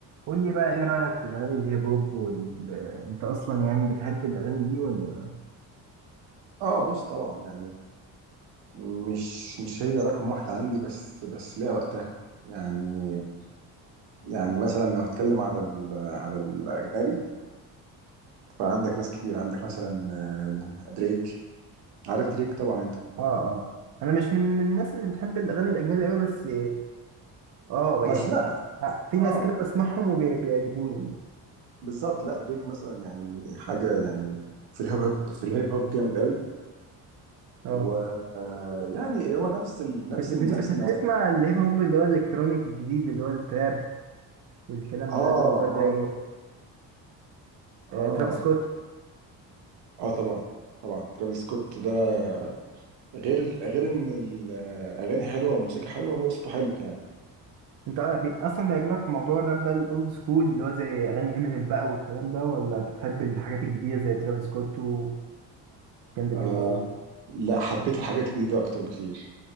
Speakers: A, on the right; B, on the right.
A: قول لي بقى ايه رأيك في اغاني الهيب هوب وال... انت اصلا يعني بتحب الاغاني دي ولا
B: اه بص طبعا يعني مش مش هي رقم واحد عندي بس بس ليها وقتها يعني يعني مثلا لو هتكلم على ال على الاجنبي فعندك ناس كتير عندك مثلا آه، دريك عارف دريك طبعا انت
A: اه اه انا مش من من الناس اللي بتحب الاغاني الاجنبي قوي بس اه يعني
B: بس لا
A: في
B: اه
A: ناس كده بسمعهم وبيعجبوني
B: بالظبط لا دريك مثلا يعني حاجه يعني في الهيب هوب في الهيب هوب جامد قوي
A: اه
B: و آه، يعني هو نفس ال نفس
A: بت... بت...
B: ال نفس
A: بت...
B: النوع
A: بتسمع الهيب هوب اللي هو الالكترونيك الجديد اللي هو التراب والكلام
B: اه
A: ده اللي هو
B: اه
A: زي آه،
B: اه
A: ترافيس سكوت
B: اه طبعا طبعا ترافيس سكوت ده غير غير ان الاغاني حلوه والموسيقى حلوه هو صوته حلو كمان
A: انت آه، بي... اصلا بيعجبك في موضوع الراب ده الاولد سكول اللي هو زي اغاني امينيم بقى والكلام ده ولا بتحب الحاجات الجديدة زي ترافيس سكوت وكندريك لامار
B: آه لا حبيت الحاجات الجديده اكتر بكتير